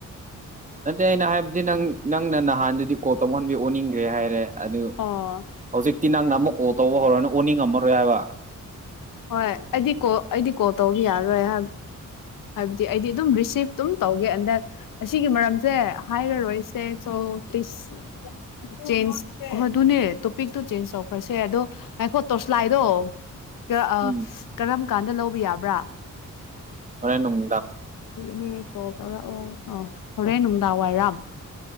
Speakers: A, on the right; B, on the left.
A: ꯅꯠꯇꯦ ꯑꯩꯅ ꯍꯥꯏꯕꯗꯤ ꯅꯪ ꯅꯪꯅ ꯅꯍꯥꯟꯗꯨꯗꯤ ꯀꯣꯜ ꯇꯧꯃꯟꯕꯩ ꯑꯣꯟꯅꯤꯡꯒ꯭ꯔꯦ ꯍꯥꯏꯔꯦ ꯑꯗꯨ
B: ꯑꯣ
A: ꯍꯧꯖꯤꯛꯇꯤ ꯅꯪꯅ ꯑꯃꯨꯛ ꯀꯣꯜ ꯇꯧꯕ ꯍꯧꯔꯅ ꯑꯣꯅꯤꯡꯉꯝꯃꯔꯣꯏ ꯍꯥꯏꯕ
B: ꯍꯣꯏ ꯑꯩꯗꯤ ꯀꯣꯜ ꯑꯩꯗꯤ ꯀꯣꯜ ꯇꯧꯕ ꯌꯥꯔꯔꯣꯏ ꯍꯥꯏꯕ ꯍꯥꯏꯕꯗꯤ ꯑꯩꯗꯤ ꯑꯗꯨꯝ ꯔꯤꯁꯤꯞ ꯑꯗꯨꯝ ꯇꯧꯒꯦ ꯑꯦꯟ ꯗꯦꯟ ꯑꯁꯤꯒꯤ ꯃꯔꯝꯁꯦ ꯍꯥꯏꯔꯔꯣꯏꯁꯦ ꯁꯣ <unintelligible> ꯆꯦꯟꯖ ꯑꯗꯨꯅꯦ ꯇꯣꯄꯤꯛꯇꯣ ꯆꯦꯟꯖ ꯇꯧꯈ꯭ꯔꯁꯦ ꯑꯗꯣ ꯉꯥꯏꯈꯣ ꯇꯣꯔꯁꯂꯥꯏꯗꯣ ꯒꯥ ꯑꯥ
A: ꯎꯝ
B: ꯀꯔꯝ ꯀꯥꯟꯗ ꯂꯧꯕ ꯌꯥꯕ꯭ꯔꯥ
A: ꯍꯣꯔꯦꯟ ꯅꯨꯡ
B: ꯔꯤꯅꯦ ꯀꯣꯜ ꯇꯧꯔꯛꯑꯣ ꯑꯥ ꯍꯣꯔꯦꯟ ꯅꯨꯡꯗꯥꯡ ꯋꯥꯏꯔꯝ